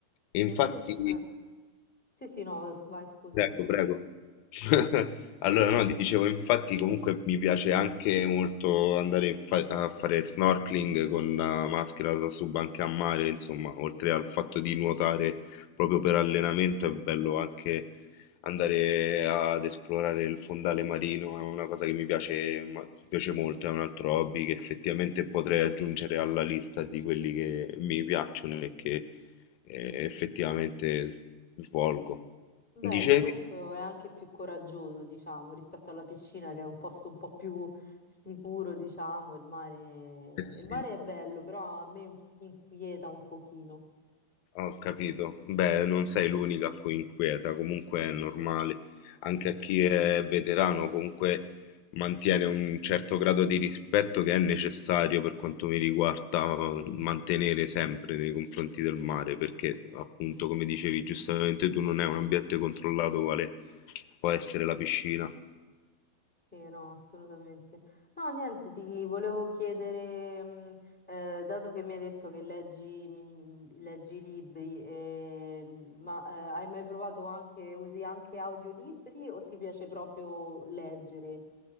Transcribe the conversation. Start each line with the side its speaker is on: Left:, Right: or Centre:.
Left: Infatti,
Centre: E inve- eh, sì, sì, no, s- vai, scusami.
Left: prego, prego. <laughs> Allora, no, dicevo, infatti comunque mi piace anche molto andare in fa- a fare snorkeling con la maschera da sub anche a mare, insomma, oltre al fatto di nuotare proprio per allenamento, è bello anche andare ad esplorare il fondale marino, è una cosa che mi piace, ma- mi piace molto, è un altro hobby che effettivamente potrei aggiungere alla lista di quelli che mi piacciono e che eh, effettivamente svolgo.
Centre: Bello,
Left: Dicevi?
Centre: questo è anche più coraggioso, diciamo, rispetto alla piscina che è un posto un po' più sicuro, diciamo, il mare,
Left: Eh sì.
Centre: il mare è bello, però a me inquieta un pochino.
Left: Ho capito. Beh, non sei l'unica a cui inquieta, comunque è normale. Anche a chi è veterano, comunque mantiene un certo grado di rispetto che è necessario per quanto mi riguarda eh, mantenere sempre nei confronti del mare, perché appunto, come dicevi giustamente tu, non è un ambiente controllato quale può essere la piscina.
Centre: Sì, no, assolutamente. No, niente, ti volevo chiedere, mh, eh, dato che mi hai detto che leggi, mi- leggi libri, e- ma eh, hai mai provato anche, usi anche audiolibri o ti piace proprio leggere?